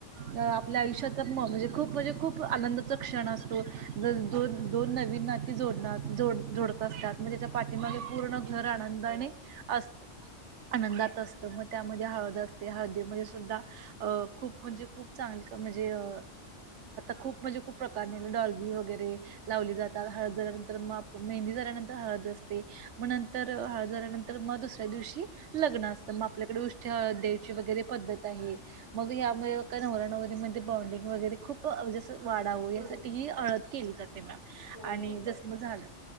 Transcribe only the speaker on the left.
हो
हो
हो
बरोबर